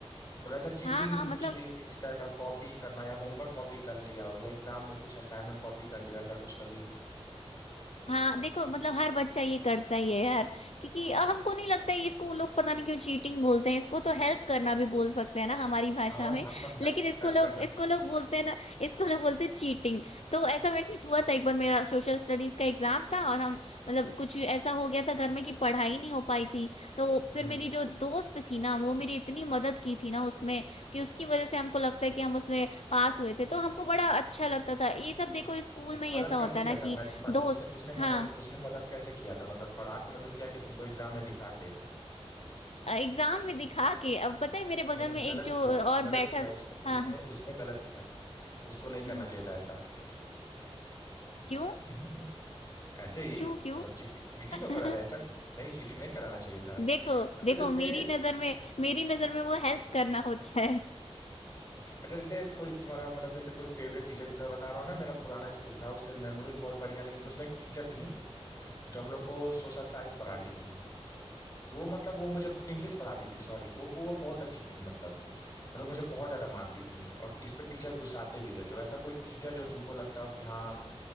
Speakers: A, on the left; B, on the left.
A: मतलब ऐसा चीटिंग
B: हाँ हाँ मतलब
A: कुछ भी इस टाइप का कॉपी करना या होमवर्क कॉपी कर लिया हो या एग्जाम में कुछ असाइनमेंट कॉपी कर लिया हो, ऐसा कुछ कभी
B: हाँ देखो मतलब हर बच्चा ये करता ही है यार क्योंकि अ, हमको नहीं लगता है इसको लोग पता नहीं क्यों चीटिंग बोलते हैं इसको तो हेल्प करना भी बोल सकते हैं ना हमारी भाषा
A: हाँ
B: में
A: हाँ हेल्प
B: लेकिन इसको
A: हेल्प
B: लोग
A: करना
B: इसको लोग बोलते हैं ना इसको लोग बोलते हैं चीटिंग तो ऐसा मेरे साथ हुआ था एक बार मेरा सोशल स्टडीज का एग्जाम था और हम मतलब कुछ ऐसा हो गया था घर में कि पढ़ाई नहीं हो पाई थी तो फिर
A: हम्म
B: मेरी जो दोस्त थी ना वो मेरी इतनी मदद की थी ना उसमें कि उसकी वजह से हमको लगता है कि हम उसमें पास हुए थे तो हमको बड़ा अच्छा लगता था ये सब देखो स्कूल में ही
A: मदद
B: ऐसा होता
A: कैसे किया
B: है ना
A: था
B: कि
A: मैं, मैं
B: दोस्त
A: उसने उसने
B: हाँ
A: मदद उसने मदद कैसे किया था मतलब पढ़ा के मदद किया कि तुमको एग्जाम में दिखा के
B: एग्जाम में दिखा के अब पता है मेरे बगल
A: नहीं
B: में एक
A: गलत
B: जो
A: किया
B: और
A: गलत
B: बैठा
A: किया उसने उसने
B: हाँ हाँ
A: उसने गलत किया उसको नहीं करना
B: हम्म,
A: चाहिए था ऐसा
B: क्यों
A: <laughs> ऐसे ही
B: क्यों क्यों
A: मतलब चीटिंग चीटिंग
B: <laughs>
A: को करा रहे ऐसा नहीं चीटिंग नहीं कराना चाहिए था
B: देखो
A: अच्छा
B: देखो
A: जैसे
B: मेरी नजर में मेरी नजर में वो हेल्प करना होता है
A: अच्छा जैसे कोई तुम्हारा मतलब जैसे कोई फेवरेट टीचर जैसे मैं बता रहा हूँ ना मेरा पुराना स्कूल था उससे मेमोरीज बहुत बढ़िया लेकिन उसमें एक टीचर थी जो हम लोग को सोशल साइंस पढ़ाती थी तो वो मतलब वो मुझे इंग्लिश पढ़ाती थी सॉरी वो वो बहुत अच्छी थी मतलब मतलब मुझे बहुत ज्यादा मानती थी और इस पे टीचर्स गुस्साते भी थे तो ऐसा कोई टीचर जो तुमको लगता हो कि हाँ